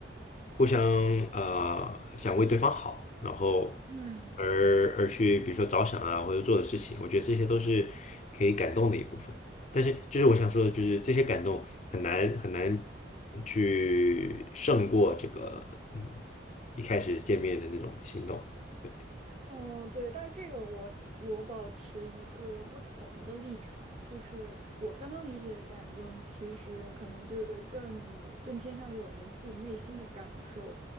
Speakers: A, on the left; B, on the right.
A: 互相呃想为对方好，然后
B: 嗯
A: 而而去比如说着想啊，或者做的事情，我觉得这些都是可以感动的一部分。但是就是我想说的，就是这些感动很难很难去胜过这个嗯一开始见面的那种心动。对，
B: 嗯，对，但是这个我我保持一个不同的立场，就是我刚刚理解的感动，其实可能就是更更偏向于我们自己内心的感受，